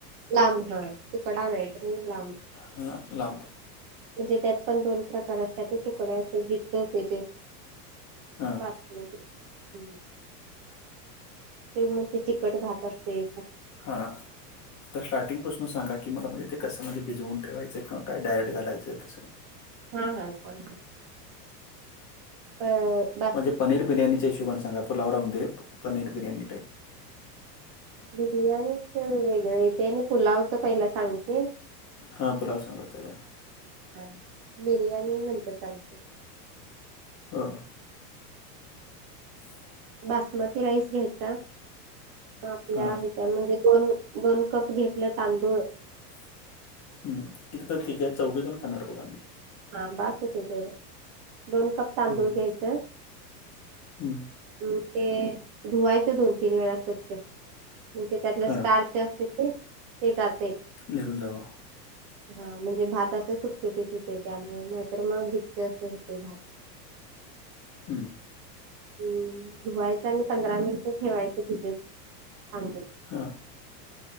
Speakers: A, on the right (about 50°); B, on the left (about 35°).
A: लांब हा तुकडा नाही तर लांब
B: हा लांबत
A: म्हणजे त्यात पण दोन प्रकार असते ते तुकड्या असं गिच होते तो
B: हां
A: भात हो ह् तेव म्हणजे ते चिकट भात असतंय.
B: हा आता स्टार्टिंगपासून सांगा की मला म्हणजे ते कसं म्हणजे भिजवून ठेवायचं काय डायरेक्ट घालायचं कसं?
A: हां हां सांगतो. अ
B: म्हणजे पनीर बिर्याणीच्या हिशोबाण सांगा पुुलाव राहूदे पनीर बिर्याणी टाईप.
A: बिर्याणीच वेगळ येतय आणि पुलावच पहिला स सांगते
B: हां पुलाव सांगा त्याला
A: हा, बिर्याणी नंतर सांगते.
B: हा. <inaudible>
A: बासमती राईस घ्यायचा म आपल्या
B: हां
A: हे म्हणजे दोन- दोन कप घेतल तांदूळ
B: हम्म किती तर ठीक हाय चौघेजण खाणार बघ आम्ही.
A: हां बास होतय तेवढं, दोन कप तांदूळ
B: हं,
A: घ्यायचं
B: हं.
A: म ते धुवायचं दोन, तीन वेळा स्वच्छ म्हणजे त्यातला
B: हां
A: स्टार् जे असतय ते ते जातय.
B: निघून जाव
A: हा म्हणजे भात असं सुटसुटीत होतोय त्यामुळ नाहीतर मग गीच असं होतोय भात.
B: हम्म.
A: हम् धुवायचं आणि पंधरा मिनिटं ठेवायचं भीजत तांदूळ.
B: हां.